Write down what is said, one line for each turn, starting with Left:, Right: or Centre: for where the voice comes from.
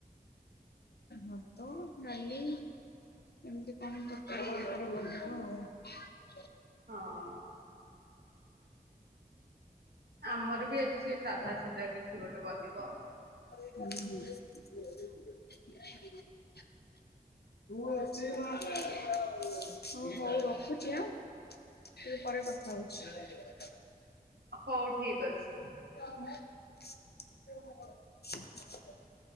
Left: ଭାତ ଡାଲି ଏମିତି କଣ ତରକାରୀ ଆଉ ଟିକେ ବନେଇବୁ ଆଉ।
Right: ହଁ। ଆମର ବି ଆଜି ସେଇ ସାଧା ସିଧା କିଛି ଗୋଟେ ବନିବ।
Left: ହଉ ହୋଉ ରଖୁଚି ଆଁ ଟିକେ ପରେ କଥା ହୋଉଚି।
Right: ହଞଉ ଠିକ୍ ଅଛି।
Left: <unintelligible>